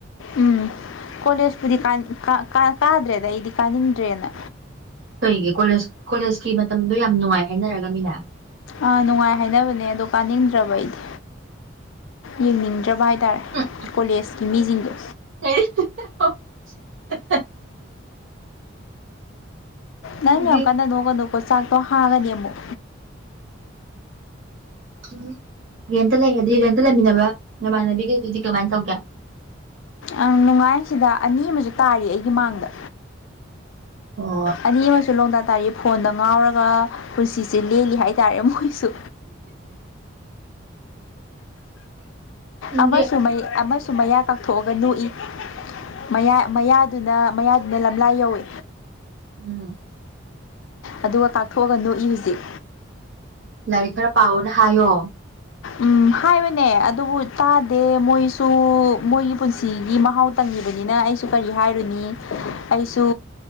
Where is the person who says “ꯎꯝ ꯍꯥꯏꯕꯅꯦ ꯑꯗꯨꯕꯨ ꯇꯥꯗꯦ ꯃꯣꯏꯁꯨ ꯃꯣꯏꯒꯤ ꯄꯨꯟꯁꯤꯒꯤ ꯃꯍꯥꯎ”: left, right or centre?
Left